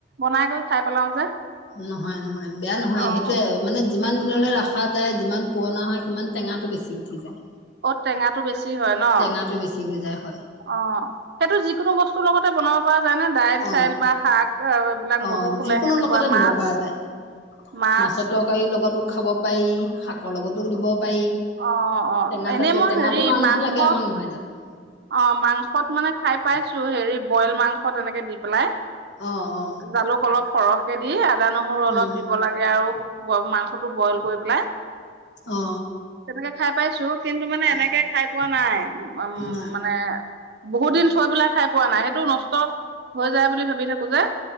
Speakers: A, on the right (about 60°); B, on the left (about 65°).
A: বনাই গৈ খাই পেলাওঁ যে।
B: নহয় - নহয়, বেয়া নহয়
A: অ'
B: । সেইটোৱে মানে যিমান দিনলৈ ৰাখা যায়, যিমান পুৰণা হয়, সিমান টেঙাটো বেছি উঠি যায়।
A: অ' টেঙাটো বেছি হয় ন'?
B: টেঙাটো বেছি হৈ যায় হয়
A: অ', সেইটো যিকোনো বস্তুৰ লগতে বনাব জানে দাইল-চাইল
B: অঁ
A: বা শাক অ'- এইবিলাক
B: অঁ
A: মধুফুলে
B: যিকোনো
A: সেনেকুৱা
B: লগতে
A: মাছ,
B: দিব পৰা যায়
A: মাছ
B: মাছৰ তৰকাৰীৰ লগতো খাব পাৰি, শাকৰ লগতো দিব পাৰি।
A: অ' অ'
B: টেঙা
A: এনেই
B: জাতীয়-
A: মই
B: টেঙাটো
A: হেৰি
B: কাৰণেহে
A: মাংস
B: লাগে আমাক, নহয় জানো?
A: অ' মাংসত মানে খাই পাইছোঁ, হেৰি বইল মাংস তেনেকে দি পেলাই।
B: অ অ
A: জালুক অলপ সৰহ কে দি আদা, নহৰু অলপ
B: উম
A: দিব লাগে আৰু ব- মাংসটো বইল কৰি পেলাই
B: অ
A: তেনেকে খাই পাইছোঁ কিন্তু মানে
B: অ
A: এনেকে খাই পোৱা নাই। উম
B: ন
A: মানে বহুত দিন থৈ পেলাই খাই পোৱা নাই, সেইটো নষ্ট হৈ যায় বুলি ভাবি থাকো যে!